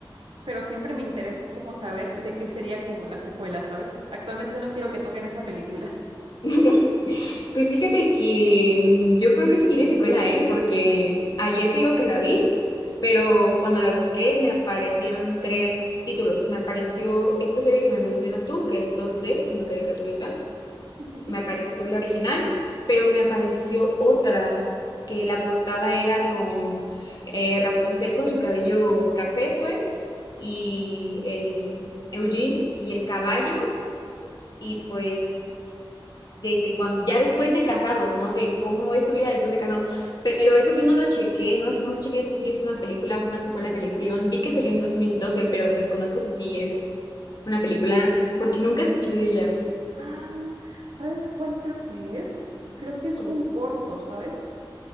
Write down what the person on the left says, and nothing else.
<laughs> Pues fíjate que mm, yo creo que sí tiene secuela, ¿eh? Porque ayer te digo que la vi, pero cuando la busqué me aparecieron tres títulos. Me apareció esta serie que me mencionas tú, que es dos d como caricaturita.
Me apareció la original, pero me apareció otra, que la portada era con eh, Rapunzel con su cabello café, pues, y el Eugene y el caballo. y pues de que cuando ya después de casados, ¿no? De cómo es su vida después de casados. Pero eso sí no lo chequé, no, no chequé si sí es una película o una secuela que le hicieron. Vi que salió en 2012 pero desconozco si sí es una película porque nunca escuché de ella.
Como,